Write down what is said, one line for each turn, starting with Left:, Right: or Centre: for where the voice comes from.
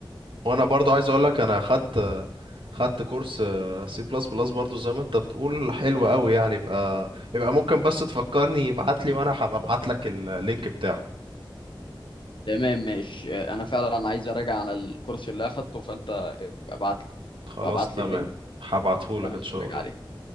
Right: وانا برضو عايز اقول لك انا خدت خدت كورس سي بلس بلس برضو زي ما انت بتقول حلو قوي يعني يبقى يبقى ممكن بس تفكرني ابعت لي وانا هبقى ابعت لك اللينك بتاعه
Left: تمام ماشي آه، انا فعلا عايز اراجع على الكورس اللي اخدته فانت ابقى ابعت لي
Right: خلاص
Left: ابقى ابعت
Right: تمام
Left: لي اللينك
Right: هبعته لك
Left: وانا
Right: ان شاء
Left: اراجع
Right: الله
Left: عليه